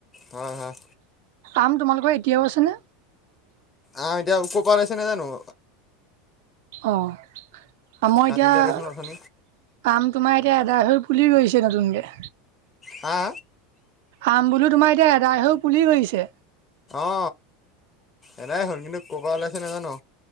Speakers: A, on the left; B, on the right.
A: হয় হয়
B: আম তোমালোকৰ এতিয়াও আছে নে
A: অ এতিয়া উপ পালছে নে জান <unintelligible>
B: অ মই
A: কাটিলে
B: এতিয়া
A: দেখোন অথনি
B: আম তোমাৰ এতি এতিয়া আদা হৈ পুলি গৈছে নতুনকে
A: হা
B: আম বোলো তোমাৰ এতিয়া ই এদাই হৈ পুলি গৈছে
A: অ এটাই হ'ল কিন্তু ক' পৰা ওলাইছে নাজানো